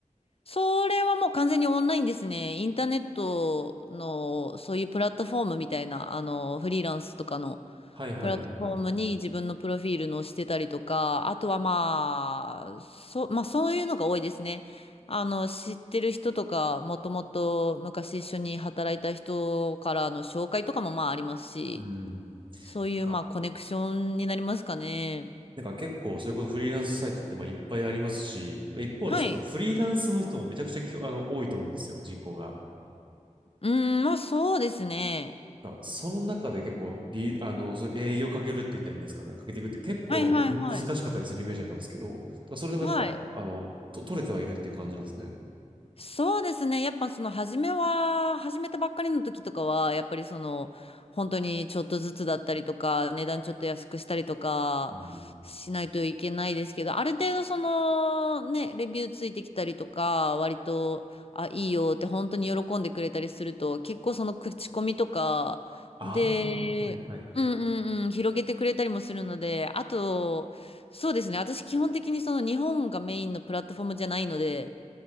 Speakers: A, on the left; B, on the right.
A: それはもう完全にオンラインですね。インターネットのそういうプラットフォームみたいな、あの、フリーランスとかの、
B: はいはいはいはい。
A: プラットフォームに自分のプロフィールのしてたりとか、あとはまあ、そ、まあそういうのが多いですね。あの、知ってる人とか、もともと昔一緒に働いた人からの紹介とかもまあありますし、
B: うん。な
A: そういうまあコネクションになりますかね。
B: んか、なんか結構それこそフリーランスサイトってまあいっぱいありますし、一方でそのフリーランスの人もめちゃくちゃきょあの多いと思うんですよ、
A: はい。
B: 人口が。
A: うーん、まあそうですね。
B: が、その中で結構リ、あの、そう営業かけるって言ったらいいんですかね、かけていくって結構む難しかったりするイメージだったんですけど、
A: はいはいはい。
B: だからそれでもやっぱ、
A: はい。
B: あの、と、取れてはいるっていう感じなんですね。
A: そうですね。やっぱその初めは、始めたばっかりの時とかは、やっぱりその、本当にちょっとずつだったりとか、値段ちょっと安くしたりとか、
B: うん。
A: しないといけないですけど、ある程度その、ね、レビューついてきたりとか、割と、あ、いいよって本当に喜んでくれたりすると、結構その口コミとかで、
B: ああ、はいはいはい。
A: うんうんうん、広げてくれたりもするので、あと、そうですね。私基本的にその日本がメインのプラットフォームじゃないので、